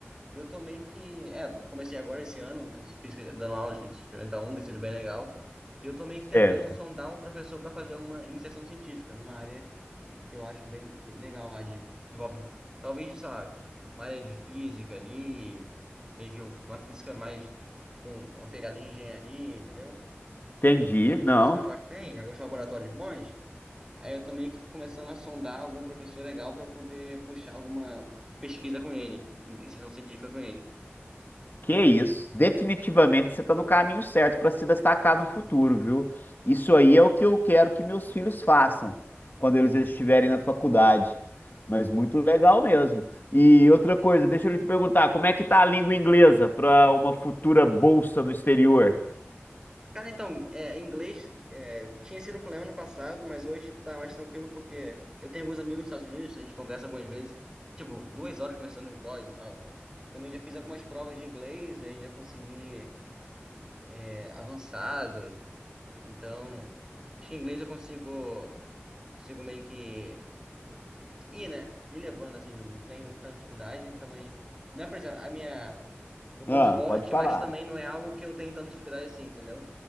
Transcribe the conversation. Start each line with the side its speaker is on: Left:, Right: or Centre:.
Right: E eu tô que. É, comecei agora esse ano, mas fiz dando aula de experimental 1, tem sido bem legal. E eu tô meio que tentando
Left: certo.
Right: sondar um professor para fazer uma iniciação científica numa área que eu acho bem que legal lá, de. Envolve, talvez, sei lá, uma área de física ali, meio que uma física mais com uma pegada de engenharia, entendeu?
Left: Entendi.
Right: Com alguns
Left: Não,
Right: professores lá que tem, alguns laboratórios bons. Aí eu tô meio que começando a sondar algum professor legal para eu poder puxar alguma pesquisa com ele, iniciação científica com ele.
Left: Que isso? Definitivamente você está no caminho certo para se destacar no futuro, viu? Isso aí é o que eu quero que meus filhos façam quando eles estiverem na faculdade. Mas muito legal mesmo. E outra coisa, deixa eu te perguntar, como é que tá a língua inglesa para uma futura bolsa no exterior?
Right: Cara, então, é, em inglês é, tinha sido um problema no passado, mas hoje tá mais tranquilo porque eu tenho alguns amigos nos Estados Unidos, a gente conversa algumas vezes, tipo, duas horas conversando em blogs e tal. Também já fiz algumas provas de inglês, aí já consegui é, avançado. Então, acho que em inglês eu consigo, consigo meio que e, né? E levando, assim, não tenho tanta dificuldade também. Não é, por exemplo, a minha. Meu ponto
Left: Ah,
Right: forte,
Left: pode falar.
Right: mas também não é algo que eu tenho tanta dificuldade assim, entendeu?